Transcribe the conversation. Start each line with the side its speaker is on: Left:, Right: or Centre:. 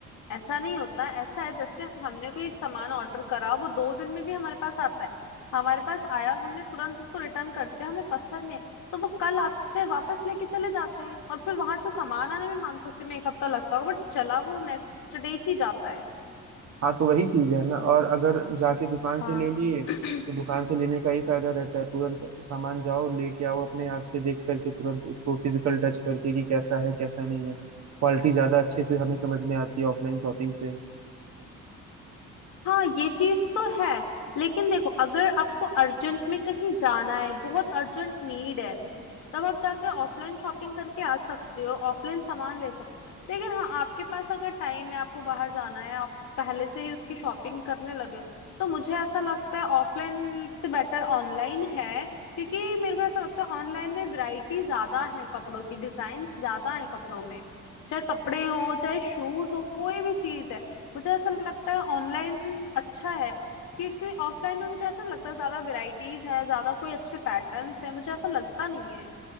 Left: ऐसा नहीं होता ऐसा है जैसे हमने कोई सामान ऑर्डर करा वो दो दिन में भी हमारे पास आता है हमारे पास आया और हमने तुरंत उसको रिटर्न कर दिया हमें पसंद नहीं तो वो कल आते हैं वापस लेके चले जाते हैं और फिर वहां से सामान आने में मान सकते हैं एक हफ्ता लगता होगा बट चला वो नेक्स्ट डे ही जाता है
Right: हाँ तो वही चीज़ है ना और अगर जाके दुकान
Left: हाँ
Right: से ले लिए
Left: <clears throat>
Right: तो दुकान से लेने का ही फायदा रहता है तुरंत सामान जाओ लेके आओ अपने आँख से देख करके तुरंत उसको फिजिकल टच करके कि कैसा है कैसा नहीं है क्वालिटी ज़्यादा अच्छे से हमें समझ में आती है ऑफलाइन शॉपिंग से
Left: हाँ ये चीज तो है लेकिन देखो अगर आपको अर्जेंट में कहीं जाना है बहुत अर्जेंट नीड है तब आप जाके ऑफलाइन शॉपिंग करके आ सकते हो ऑफलाइन सामान ले सकते हो लेकिन हाँ आपके पास अगर टाइम है आपको बाहर जाना है आप पहले से ही उसकी शॉपिंग करने लगे हो, तो मुझे ऐसा लगता है ऑफलाइन से बेटर ऑनलाइन है क्योंकि मेरे को ऐसा लगता है ऑनलाइन में वैरायटी ज्यादा है कपड़ों की डिजाइन ज्यादा है कपड़ों में चाहे कपड़े हो चाहे शूज हो कोई भी चीज है मुझे ऐसा लगता है ऑनलाइन अच्छा है क्योंकि ऑफलाइन में मुझे ऐसा नहीं लगता ज्यादा वैरायटीज हैं ज्यादा कोई अच्छे पैटर्न्स हैं मुझे ऐसा लगता नहीं है